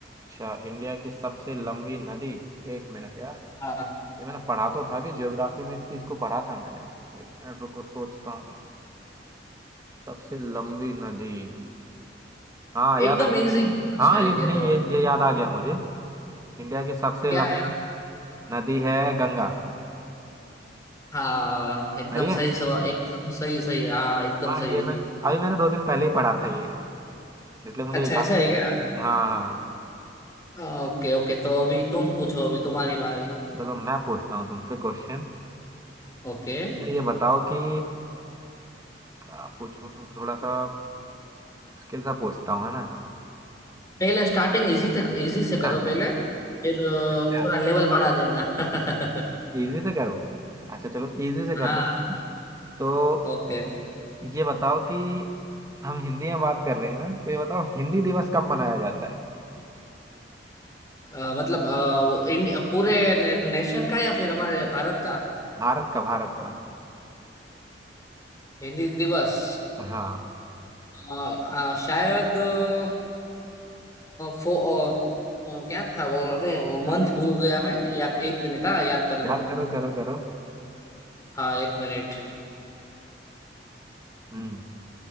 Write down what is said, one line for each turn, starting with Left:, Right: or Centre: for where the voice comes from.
Right: अच्छा इंडिया की सबसे लंबी नदी एक मिनट यार
Left: हाँ
Right: ये मैंने पढ़ा तो था भी ज्योग्राफी में इस चीज को पढ़ा था मैंने एक मिनट रुको सोचता हूँ सबसे लंबी नदी हाँ याद
Left: एकदम
Right: आ गया।
Left: इजी
Right: हाँ
Left: शायद
Right: ये नहीं
Left: ये तो
Right: ये ये याद आ गया मुझे इंडिया की सबसे
Left: क्या
Right: लंबी
Left: है
Right: नदी है गंगा
Left: हाँ एकदम
Right: सही
Left: सही
Right: है
Left: सवाल एकदम सही सही हाँ एकदम
Right: हाँ
Left: सही
Right: ये मैं अभी मैंने दो दिन पहले ही पढ़ा था ये इसलिए मुझे
Left: अच्छा
Right: याद
Left: ऐसा है
Right: है।
Left: क्या
Right: हाँ हाँ
Left: हाँ, ओके ओके तो अभी तुम पूछो अभी तुम्हारी बारी
Right: चलो मैं पूछता हूँ तुमसे क्वेश्चन
Left: ओके
Right: ये बताओ कि आप पूछूं तो थोड़ा सा मुश्किल सा पूछता हूँ है ना
Left: पहले स्टार्टिंग इजी तक इजी से
Right: <laughs>
Left: करो पहले फिर अ,
Right: अच्छा
Left: थोड़ा लेवल बढ़ा देना <laughs>
Right: इजी से करूँ अच्छा चलो इजी से
Left: हाँ
Right: कर ले तो
Left: ओके
Right: ये बताओ कि हम हिंदी में बात कर रहे हैं ना तो ये बताओ हिंदी दिवस कब मनाया जाता है
Left: अ, मतलब अ, वो इंड- पूरे ने, नेशन का या फिर हमारे भारत का
Right: भारत का भारत का
Left: हिंदी दिवस
Right: हाँ
Left: अ, अ, शायद अ, फो अ, अ, क्या था वो अरे वो
Right: नहीं,
Left: मंथ भूल गया मैं याद एक मिनट हाँ याद कर लूँ
Right: याद
Left: मैं
Right: करो करो करो
Left: हाँ एक मिनट
Right: हम्म